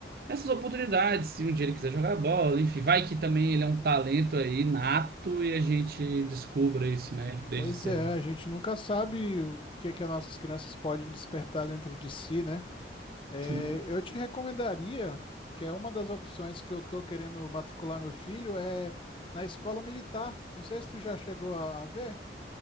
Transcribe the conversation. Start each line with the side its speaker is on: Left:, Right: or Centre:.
Right: essas oportunidades, se um dia ele quiser jogar bola, enfim, vai que também ele é um talento aí nato e a gente descubra isso, né, desde
Left: Pois
Right: cedo.
Left: é, a gente nunca sabe o que é que as nossas crianças podem despertar dentro de si, né? É,
Right: Sim.
Left: eu te recomendaria, que é uma das opções que eu tô querendo matricular meu filho, é na escola militar. Não sei se tu já chegou a, a ver.